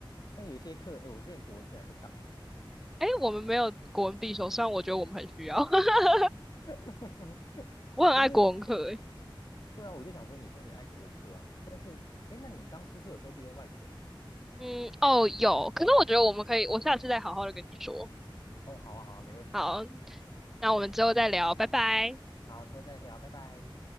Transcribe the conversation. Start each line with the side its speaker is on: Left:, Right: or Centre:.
Left: 但有些课，哎，我之前国文课还被当哎，
Centre: 哎、我们没有国文必修，虽然我觉得我们很需要。<laughs>
Left: <laughs>
Centre: 我很爱国文课、
Left: 可是
Centre: 哎。
Left: 对啊，我就想说，你说你爱国文科啊，但是，哎，那你当初是有修第二外语的吗？
Centre: 嗯，哦，有，可是我觉得我们可以，我下次再好好的跟你说。
Left: 哦，好啊，好啊，没问题，
Centre: 好，那我们之后再聊，拜拜。
Left: 好，之后再聊，拜拜。